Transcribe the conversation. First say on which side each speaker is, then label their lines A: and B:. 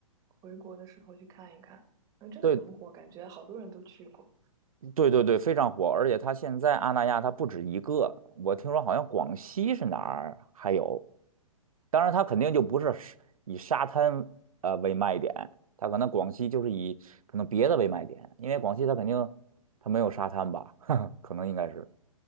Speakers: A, on the right (about 20°); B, on the right (about 80°).
A: 回国的时候去看一看。嗯，真的很火，
B: 对，
A: 感觉好多人都去过。
B: 对，对，对，非常火，而且他现在阿那亚它不止一个，我听说好像广西是哪儿还有，当然它肯定就不是是以沙滩呃为卖点，它可能广西就是以可能别的为卖点，因为广西它肯定它没有沙滩吧，<laughs> 可能应该是。